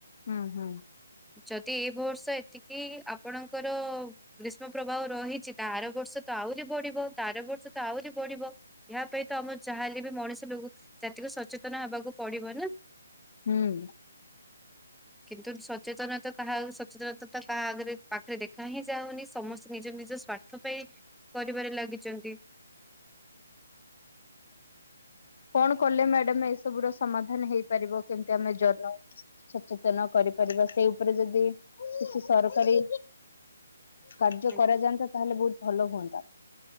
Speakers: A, on the left; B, in the centre.
A: ହୁଁ ହୁଁ
B: ଯଦି ଏ ବର୍ଷ ଏତିକି ଆପଣଙ୍କର ଗ୍ରୀଷ୍ମ ପ୍ରବାହ ରହିଛି ତାର ବର୍ଷ ତ ଆହୁରି ବଢିବ ତାର ବର୍ଷ ତ ଆହୁରି ବଢିବ ଏହା ପାଇଁ ତ ଆମ ଯାହାେଲେ ବି ମଣିଷ ଜାତିକୁ ସଚେତନ ହେବାକୁ ପଡିବ ନା
A: ହୁଁ
B: କିନ୍ତୁ ସଚେତନତା କାହା ସଚେତନତା ତ କାହା ଆଗରେ ପାଖରେ ଦେଖା ହିଁ ଯାଉନି ସମସ୍ତେ ନିଜ ନିଜ ସଵାର୍ଥ ପାଇଁ କରିବାରେ ଲାଗିଛନ୍ତି
A: କଣ କଲେ ମ୍ୟାଡାମ ଏସବ ର ସମାଧାନ ହେଇପାରିବ କେମତି ଆମେ ଜନ ସଚେତନ କରିପାରିବା ସେଇ ଉପରେ ଯଦି କିଛି ସରକାରୀ କାର୍ଯ୍ୟ
B: ଆଜ୍ଞା,
A: କରାଯାନ୍ତା ତାହେଲେ ବହୁତ ଭଲ ହୁଅନ୍ତା